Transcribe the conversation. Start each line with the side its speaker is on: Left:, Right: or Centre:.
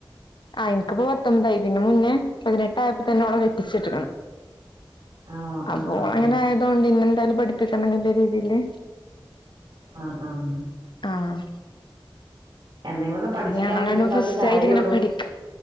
Left: ആ എനിക്കിപ്പോ പത്തൊൻമ്പതായ്ട്ടുണ്ട് ഇതിന് മുന്നേ പതിനെട്ടയപ്പോ തന്നെ ഓളെ കെട്ടിച്ച് വിട്ടേക്ക്ണ്
Right: ആണോ ആഹ്
Left: അപ്പോൾ ഓളങ്ങനെ
Right: ആഹ്
Left: ആയതൊണ്ട് ഇനി എന്നെന്തായാലും പഠിപ്പ- കിട്ടണം അതിന്റെ രീതിയില്
Right: ആഹ് ആഹ്
Left: ആഹ്
Right: എന്തെങ്കിലുമൊക്കെ പഠിച്ചിട്ടാന്ന്
Left: ഞങ്ങളാണ്
Right: ഇന്നത്തെ കാലത്ത്
Left: ഫസ്റ്റ്
Right: കാര്യള്ളൂ
Left: ആയിട്ട് ഇങ്ങനെ പഠിക്ക